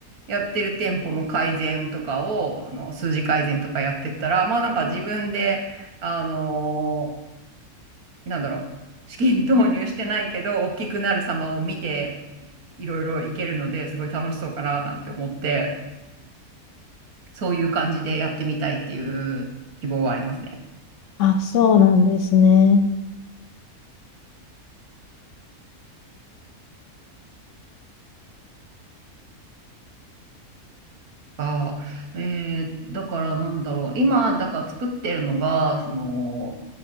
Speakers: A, on the right; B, on the left.
A: やってる店舗の改善とかを、あの数字改善とかやってったら、まあなんか自分で、あのーなんだろう、資金投入してないけど、大きくなる様を見て、いろいろいけるので、すごい楽しそうかななんて思って、そういう感じでやってみたいっていう希望はありますね。
B: あ、そうなんですね。
A: ああ、えー、だからなんだろう。今、だから作ってるのが、その、